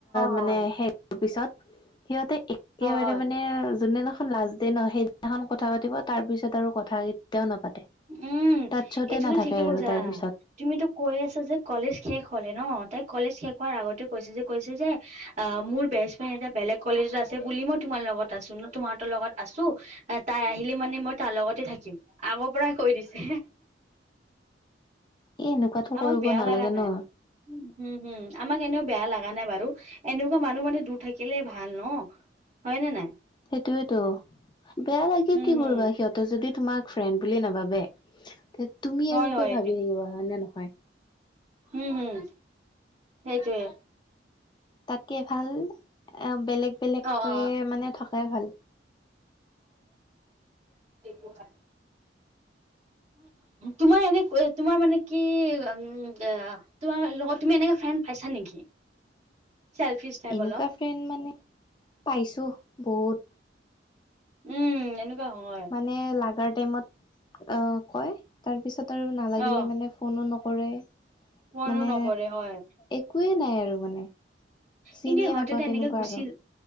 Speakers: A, on the left; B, on the right.
A: মানে
B: হয়
A: শেষ হোৱাৰ পিছত সিহঁতে একেবাৰে
B: অ হয়
A: মানে যোনদিনাখন লাষ্ট দে নহ, সেইদি এখন কথা পাতিব তাৰ পিছত আৰু কথা কেতিয়াও নাপাতে।
B: উম
A: তাট্ছতে
B: এইটোতো
A: নাথাকে
B: ঠিকে
A: আৰু
B: কৈছা
A: তাৰ পিছত।
B: তুমিতো কৈ আছা যে কলেজ শেষ হলে ন তাই কলেজ শেষ হোৱাৰ আগতে কৈছে যে কৈছে যে অ', মোৰ বেষ্ট ফ্ৰেণ্ড এটা বেলেগ কলেজত আছে বুলি মই তোমাৰ লগত আছোঁ ন <unintelligible> লগত আছোঁ। তাই আহিলে মানে মই তাৰ লগতে থাকিম আগৰ পৰাই কৈ দিছে।
A: এ, এনেকুৱাতো
B: আমাক
A: কৰিব
B: বেয়া
A: নালাগে
B: লগা নাই
A: ন?
B: উম, উম, আমাক এনেও বেয়া লগা নাই বাৰু এনেকুৱা মানুহ মানে দূৰ থাকিলে ভাল ন? হয়নে নাই?
A: সেইটোৱেইতো বেয়া লাগে,
B: উম
A: কি
B: হুম
A: কৰিবা সিহঁত সিহঁতে যদি তোমাক ফ্ৰেণ্ড বুলি নাভাবে, তুমি
B: হয়
A: আৰু
B: হয়
A: কিয় ভাবি থাকিবা হয় নে নহয়?
B: হুম, হুম সেইটোৱেই।
A: তাতকে ভাল এ বেলেগ বেলেগকে
B: অ', অ'
A: মানে থকাই ভাল।
B: <unintelligible> তোমাৰ এনেকৈ তোমাৰ মানে কি উম, আ। তোমাৰ লগত তুমি এনেকা ফ্ৰেণ্ড পাইছা নেকি?
A: <inaudible>
B: চেল্ফিছ টাইপ
A: এনেকুৱা
B: অলপ।
A: ফ্ৰেণ্ড মানে পাইছোঁ বহুত।
B: উম, এনেকুৱা হয়।
A: মানে লাগাৰ টাইমত আ, কয় তাৰপিছত আৰু নালাগিলে
B: অ
A: মানে ফোনো নকৰে
B: ফোনো
A: মানে
B: নকৰে হয়
A: একোৱেই নাই আৰু মানে। চিনিয়ে
B: কিন্তু ইহঁতেতো
A: নাপাওঁ
B: এনেকে
A: তেনেকুৱা
B: গুচি
A: আৰু।